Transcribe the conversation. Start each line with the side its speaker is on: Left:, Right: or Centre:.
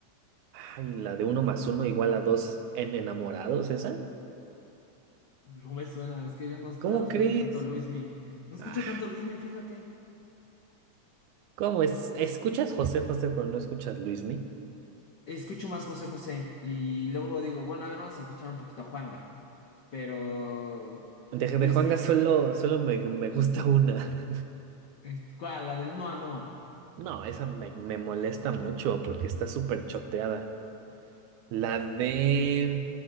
Right: ay, la de uno más uno igual a dos en enamorados, esa.
Left: No me suena, es que yo no,
Right: ¿Cómo
Left: yo no escucho
Right: crees?
Left: tanto Luis Mi. No escucho
Right: Ah,
Left: tanto Luis Mi, fíjate.
Right: ¿cómo es? Escuchas José José, pero no escuchas Luismi.
Left: Escucho más José José. Y luego digo, bueno, a ver, vamos a escuchar un poquito a Juanga. Pero.
Right: De, de
Left: Luis
Right: Juanga
Left: Mi.
Right: solo, solo me, me gusta una. <laughs>
Left: eh, ¿Cuál? La del Noa Noa.
Right: No, esa me, me molesta mucho porque está súper choteada. La de...